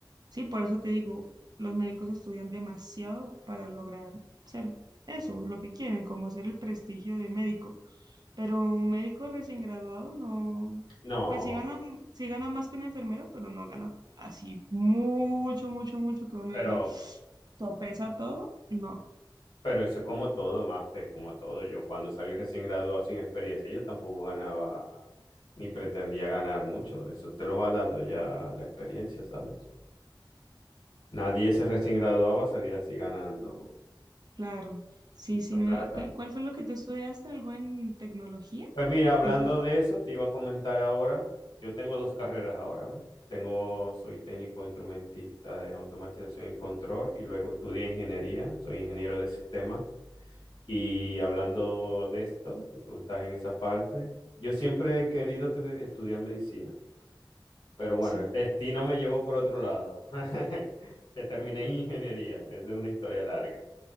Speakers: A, on the right (about 55°); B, on the left (about 60°).
A: Sí, por eso te digo, los médicos estudian demasiado para lograr ser eso, lo que quieren, como ser el prestigio de médico. Pero un médico recién graduado no,
B: No,
A: pues sí gana, sí gana más que una enfermera, pero no gana así mucho, mucho, mucho que uno
B: pero,
A: diga, todo pesa todo. No,
B: pero eso es como todo, Mafe, como todo. Yo cuando salí recién graduado sin experiencia, yo tampoco ganaba ni pretendía ganar mucho. Eso te lo va dando ya la experiencia, ¿sabes? Nadie se recién graduado va a salir así ganando
A: claro. Sí,
B: mucha
A: sí. me-
B: plata.
A: ¿cu- ¿Cuál fue lo que tú estudiaste? ¿Algo en tecnología?
B: Pues mira, hablando
A: ¿Algo así?
B: de eso, te iba a comentar ahora, yo tengo dos carreras ahora, ¿ves? Tengo, soy técnico instrumentista de automatización y control y luego estudié ingeniería, soy ingeniero de sistemas. Y hablando de esto, que tú estás en esa parte, yo siempre he querido tre- estudiar medicina, pero bueno,
A: Sí.
B: el destino me llevó por otro lado, <laughs> que terminé en ingeniería, esa es una historia larga.